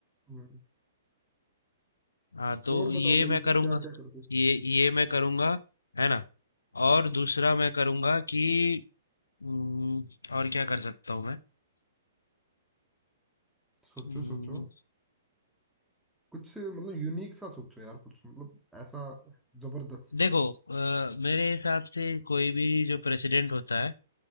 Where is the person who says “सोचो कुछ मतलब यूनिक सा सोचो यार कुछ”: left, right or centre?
Centre